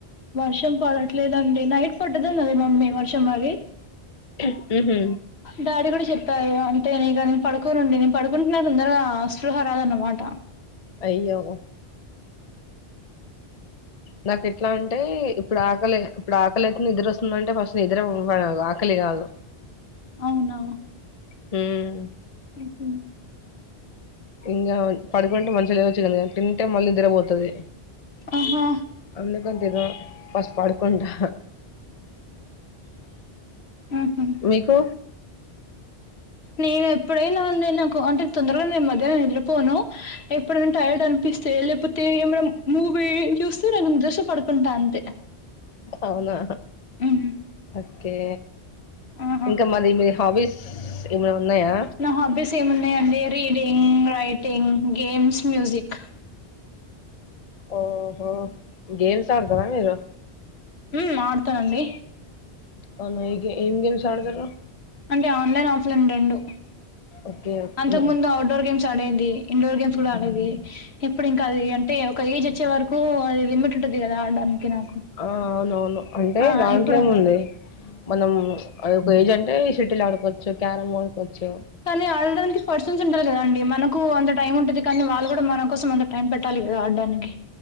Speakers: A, on the left (about 75°); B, on the left (about 40°).
A: వర్షం పడట్లేదండి నైట్ పడ్డధనది మమ్మీ వర్షం మరి
B: మ్మ్ హు
A: డాడీ కూడా చెప్పారు అంటే నేనిక నేను పడుకోనుండి నేను పడుకుంటే నాకు తొందరగా అసృహరాదన్నమాట
B: అయ్యో నాకు ఎట్లా అంటే ఇప్పుడు ఆకలి ఇప్పుడు అకలైతుంది నిద్ర వస్తుందంటే ఫస్ట్ నిద్రపోవాలి ఆక్కలి కాదు
A: అవునా
B: హ్మ్
A: మ్మ్ హూ
B: ఇంకా పడుకుంటే మంచాగా లేవచ్చు కానీ తింటే మళ్ళీ నిద్రపోతది
A: ఆహా
B: అందుకని నేను ఫస్ట్ పడుకుంటా
A: ఊహు
B: మీకు
A: నేను ఎప్పుడైనా అంతే నాకు అంటే తొందరగా నేను మధ్యాహ్నం నిద్ర పోను ఎప్పుడైనా టైర్డ్ అనిపిస్తే లేపో తే ఏమన్నా మూవీ చూస్తూ నాకు నిద్రోస్తే పడుకుంటా అంతే
B: అవునా
A: ఊహు
B: ఓకే
A: ఆహా
B: ఇంకా మరీ మీ హాబీస్ ఏమన్నా ఉన్నాయా
A: నా హాబీస్ ఏమున్నాయండి రీడింగ్ రైటింగ్ గేమ్స్ మ్యూజిక్
B: ఓహో గేమ్స్ ఆడతరా మీరు
A: హ్మ్ ఆడతా అండి
B: అవునా ఏం గేమ్స్ ఆడతరు
A: అంటే ఆన్లైన్ ఆఫ్లైన్ రెండు
B: ఓకే ఓకే
A: అంతకు ముందు ఔట్డోర్ గేమ్స్ ఆడేది ఇండోర్ గేమ్స్ కూడా ఆడేది ఇప్పుడు ఇంకా అది అంటే ఒక ఏజ్ వచ్చే వరకు అది లిమిట్ ఉంటది కదా ఆడడానికి నాకు
B: ఆ అవునవును అంటే
A: ఆ
B: దాంట్లో
A: ఇప్పుడు
B: ఏముంది మనం అది ఒక ఏజ్ అంటే షటిల్ ఆడుకోవచ్చు క్యారమ్ ఆడుకోవచ్చు
A: కానీ ఆడడానికి పర్సన్స్ ఉండాలి కదా అండి మనకు అంత టైం ఉంటది కానీ వాళ్ళు కూడా మన కోసం అంత టైం పెట్టాలి కదా ఆడ్డానికి